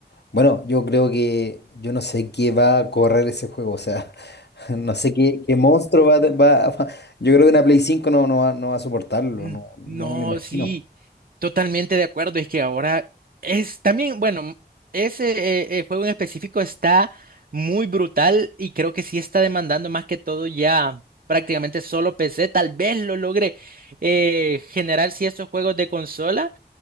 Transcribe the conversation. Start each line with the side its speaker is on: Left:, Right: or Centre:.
Left: Bueno, yo creo que yo no sé qué va a correr ese juego, o sea, <laughs> no sé qué, qué monstruo va, a- va a- va- <laughs> Yo creo que una Play 5 no, no va, no va a soportarlo,
Right: Mm,
Left: no, no
Right: No,
Left: me lo imagino.
Right: sí, totalmente de acuerdo, es que ahora es también, bueno, ese eh, eh, juego en específico está muy brutal y creo que sí está demandando más que todo ya prácticamente solo PC, tal vez lo logre eh, generar si esos juegos de consola,